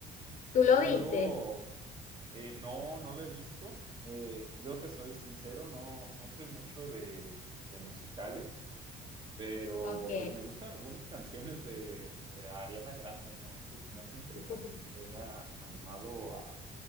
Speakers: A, on the left (about 50°); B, on the right (about 25°).
A: ¿Tú lo
B: y
A: viste?
B: luego, eh, no, no lo he visto, Eh, yo te soy sincero, no, no soy mucho de, de musicales, Pero
A: Ok.
B: pues me gustan algunas canciones de, de Ariana Grande, ¿no? Entonces me hace interesante
A: <laughs>
B: que se haya animado a,